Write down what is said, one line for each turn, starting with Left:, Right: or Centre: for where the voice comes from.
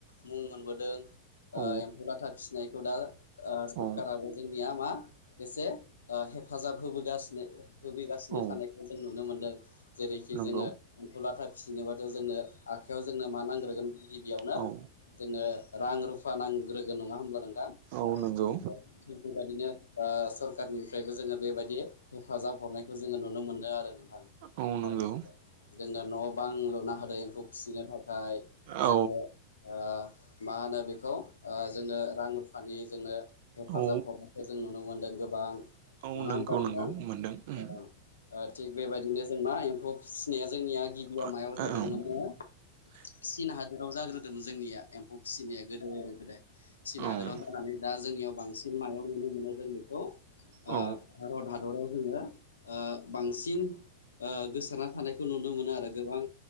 Left: मुं मोनबोदों ओ
Right: औ
Left: एम्फौ लाथा फिसिनायखौ दा ओ सरखाराबो
Right: औ
Left: जोंनिया मा एसे ओ हेफाजाब होबोगासिनो होफैगासिनो
Right: औ
Left: थानायखौ जों नुनो मोनदों। जेरैखि
Right: नंगौ
Left: जोङो एम्फु लाथा फिसिनोबाथ' जोंनो आखयाव जोंनो मा नांग्रोगोन गिबियावनो
Right: औ
Left: जोङो रां रुफा नांग्रोगोन नङा होमब्ला नोंथां?
Right: औ नंगौ
Left: ओ थिग बेबायदिनो ओ सरखारनिफ्रायबो जोङो बेबायदि हेफाजाब हरनायखौ जोङो नुनो मोनदों आरो नों थां
Right: औ नंगौ
Left: दानि जुगाव। जोंनो न' बां लुना होदो एम्फौ फिसिनो था फ्राय
Right: औ
Left: जोङो ओ मा होनो बेखौ ओ जोंनो रां रुफानि जोंनो हेफाजाब
Right: औ
Left: हरनायखौ जों नुनो मोनदों गोबां
Right: औ
Left: नङा
Right: नोंगौ
Left: होमबा नोंथां
Right: नोंगौ मोनदों।
Left: <unintelligible>
Right: उम
Left: ओ थिग बेबायदिनो जों मा एम्फौ फिसिनाया जोंनिया गिबियाव
Right: औ
Left: मायाव
Right: औ
Left: जादोंमोन नो?
Right: <inaudible>
Left: चिन हादोराव जाग्रोदोंमोन जोंनिया एम फौ फिसिनाया गोदो गोदाय। चिन
Right: औ
Left: हादोराव जानानै दा जोंनियाव बांसिन मायाव नुनो मोनो जों बेखौ ओ
Right: औ
Left: भारत हादराव जोंङो ओ बांसिन ओ गोसारना थानायखौ नुनो मोनो आरो गोबां